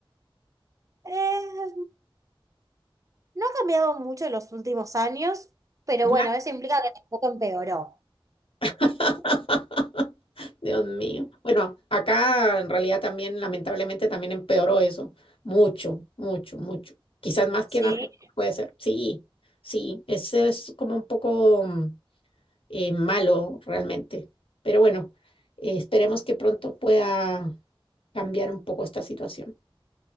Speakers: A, on the right (about 35°); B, on the left (about 75°).
A: Eh, No ha cambiado mucho en los últimos años, pero
B: Ya.
A: bueno, eso implica que tampoco empeoró,
B: <laughs> Dios mío. Bueno, acá en realidad también, lamentablemente, también empeoró eso. Mucho, mucho, mucho. Quizás más
A: ¿sí?
B: que en Argentina puede ser. Sí, sí, eso es como un poco mm, eh, malo realmente. Pero bueno, eh, esperemos que pronto pueda cambiar un poco esta situación.